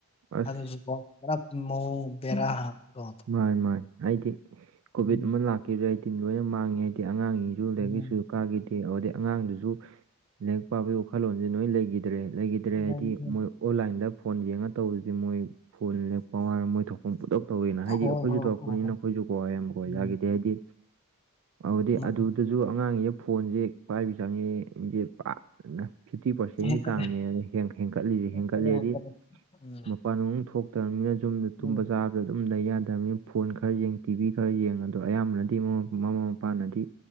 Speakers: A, on the right; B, on the left.
A: ꯑꯁ
B: ꯑꯗꯨꯖꯨꯀꯣ ꯄꯨꯔꯥ ꯃꯑꯣꯡ ꯕꯦꯔꯥ ꯑꯝꯅꯤꯀꯣ
A: ꯃꯥꯅꯤ ꯃꯥꯅꯤ ꯍꯥꯏꯗꯤ ꯀꯣꯚꯤꯠ
B: ꯎꯝ
A: ꯑꯃ ꯂꯥꯛꯀꯦꯖꯨ ꯌꯥꯏ ꯇꯤꯝ ꯂꯣꯏꯅ ꯃꯥꯡꯉꯦ ꯍꯥꯏꯗꯤ ꯑꯉꯥꯡꯖꯤꯡꯖꯤ
B: ꯎꯝ
A: <unintelligible> ꯀꯥꯈꯤꯗꯦ ꯑꯗꯩ ꯑꯉꯥꯡꯗꯨꯖꯨ ꯂꯥꯏꯔꯤꯛ ꯄꯥꯕꯒꯤ ꯋꯥꯈꯜꯂꯣꯟꯖꯦ ꯂꯣꯏ ꯂꯩꯈꯤꯗ꯭ꯔꯦ ꯂꯩꯒꯤ ꯗ꯭ꯔꯦ
B: ꯑꯗꯒꯤꯗꯤ
A: ꯍꯥꯏꯗꯤ ꯃꯣꯏ ꯑꯣꯟꯂꯥꯏꯟꯗ ꯐꯣꯟ ꯌꯦꯡꯉ ꯇꯧꯕꯁꯤꯗꯤ ꯃꯣꯏ ꯐꯣꯟꯜ ꯂꯥꯏꯔꯤꯛ ꯄꯥꯎ ꯍꯥꯏꯔꯒ ꯃꯣꯏ ꯊꯣꯛꯄ ꯑꯃ ꯄꯨꯡꯇꯧ ꯇꯧꯋꯤꯅ
B: ꯍꯣꯏ
A: ꯑꯩꯈꯣꯏꯖꯨ
B: ꯍꯣꯏ
A: ꯇꯧꯔꯛꯄꯅꯤꯅ
B: ꯍꯣꯏ ꯍꯣꯏ
A: ꯑꯩꯈꯣꯏꯖꯨ ꯀꯣꯕꯀꯣ ꯌꯥꯝ
B: ꯎꯝ
A: ꯌꯥꯈꯤꯗꯦ ꯍꯥꯏꯗꯤ ꯑꯗꯨꯗꯤ
B: ꯃꯥ
A: ꯑꯗꯨ ꯑꯗꯨꯖꯨ ꯑꯉꯥꯡꯖꯦꯅ ꯐꯣꯟꯖꯦ ꯄꯥꯏꯕꯤ ꯁꯥꯟꯅꯩꯌꯦ ꯒꯦꯝ <unintelligible> ꯐꯤꯞꯇꯤ ꯄꯥꯔꯁꯦꯟꯒꯤ
B: ꯍꯦꯟꯀꯠꯂꯦ
A: ꯆꯥꯡꯅꯤ ꯍꯦꯟꯀꯠꯂꯤꯁꯦ
B: ꯍꯦꯟꯀꯠꯂꯦ
A: ꯍꯦꯟꯀꯠꯂꯤꯗꯤ
B: ꯍꯦꯟꯀꯠꯂꯦ ꯎꯝ
A: ꯃꯄꯥꯟ ꯅꯨꯡ ꯑꯝ ꯊꯣꯛꯇ꯭ꯔꯅꯤꯅ ꯌꯨꯝꯗ ꯇꯨꯝꯕ
B: ꯎꯝ
A: ꯆꯥꯕ ꯑꯗꯨꯝ ꯂꯩꯕ ꯌꯥꯗꯦ ꯐꯣꯟ ꯈꯔ ꯌꯦꯡꯉ ꯇꯤꯚꯤ ꯈꯔ ꯌꯦꯡ ꯑꯗꯣ ꯑꯌꯥꯝꯕꯅꯗꯤ ꯃꯃꯥꯥ ꯃꯃꯥ ꯃꯄꯥꯅꯗꯤ